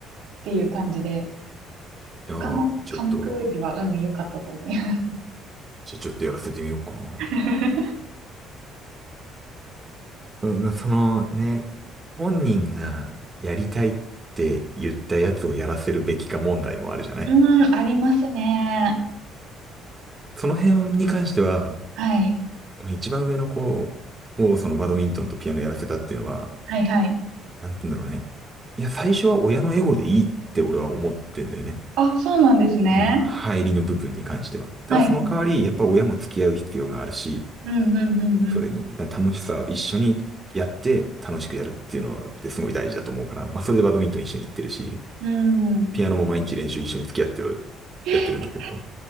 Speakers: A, on the right; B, on the right.
A: ていう感じで、
B: じゃあ、
A: 他の科目よりは、
B: ちょっと、
A: うん、良かったと思います。
B: じゃあちょっとやらせてみようかな。
A: <laughs>
B: うんそのね、本人がやりたいって言ったやつをやらせるべきか問題もあるじゃない
A: うん、ありますね。
B: その辺に関しては、
A: はい。
B: 一番上の子をそのバドミントンとピアノやらせたっていうのは、
A: はい、はい。
B: なんて言うんだろうね。いや、最初は親のエゴでいいって俺は思ってんだよね。
A: あ、そうなんですね。
B: その入りの部分に関しては。ただその代わり、
A: はい。
B: やっぱ親も付き合う必要があるし、
A: うん、うん、うん、
B: それにだ楽しさを一緒にやって楽しくやるっていうのってすごい大事だと思うから、まあそれでバドミントン一緒に行ってるし、
A: うん。うん。
B: ピアノも毎日練習一緒に付き合ってる、
A: えー、
B: やってるんだけど、